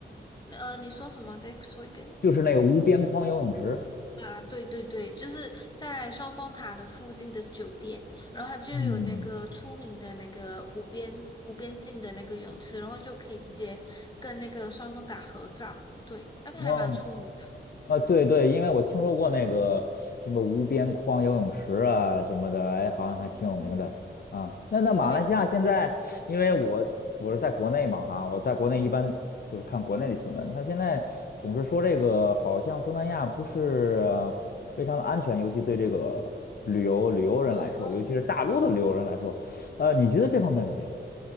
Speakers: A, on the left; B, on the left.
A: 呃，你说什么？再说一遍。
B: 就是那个无边框游泳池。
A: 啊，对对对，就是在双峰塔的附近的酒店，然后它就有那个出名的那个无边无边境的那个泳池，
B: 嗯，
A: 然后就可以直接跟那个双峰塔合照。对，那边还蛮出名的。
B: 哦啊，对对，因为我听说过那个什么无边框游泳池啊什么的，哎，好像还挺有名的啊。
A: 嗯嗯嗯，
B: 那那马来西亚现在，
A: 对，
B: 因为我我是在国内嘛哈，我在国内一般就是看国内的新闻，他现在总是说这个好像东南亚不是呃非常的安全，尤其对这个旅游旅游人来说，
A: 哦，
B: 尤其是大陆的旅游人来说，呃，你觉得这方面怎么样？